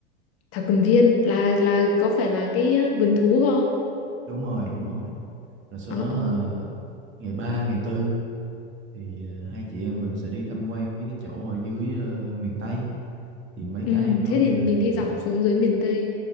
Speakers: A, on the left; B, on the right.
A: Thảo Cầm Viên là là có phải là cái ờ, vườn thú không
B: đúng rồi đúng rồi rồi sau
A: ờ
B: đó
A: ờ
B: là ngày 3 ngày tư thì ờ, hai chị em mình sẽ đi tham quan mấy cái chỗ ở dưới ờ, miền Tây thì mấy
A: Ừ,
B: cái em nói
A: thế thì
B: như là
A: mình đi
B: chợ
A: dọc xuống dưới miền Tây.